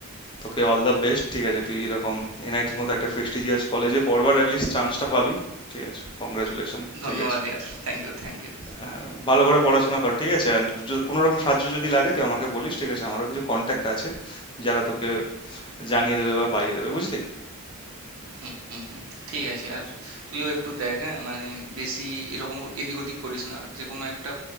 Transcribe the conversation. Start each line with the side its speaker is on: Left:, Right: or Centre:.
Left: তোকে অল দ্য বেস্ট ঠিক আছে তুই এরকম এনআইটির মতো একটা প্রেস্টিজিয়াস কলেজে পড়বার অ্যাটলিস্ট চান্সটা পাবি ঠিক আছে কংগ্রাচুলেশন
Right: ধন্যবাদ
Left: ঠিক আছে
Right: ইয়ার থ্যাংক ইউ থ্যাংক ইউ
Left: আহ, ভালো করে পড়াশোনা কর ঠিক আছে অ্যান্ড কোনো রকম সাহায্য যদি লাগে তুই আমাকে বলিস ঠিক আছে আমারও কিছু কন্ট্যাক্ট আছে যারা তোকে জানিয়ে দেবে বা পাইয়ে দেবে বুঝলি
Right: হুম হুম ঠিক আছে আর তুইও একটু দেখ হ্যাঁ মানে বেশি এরকম এদিক ওদিক করিস না যে কোনো একটা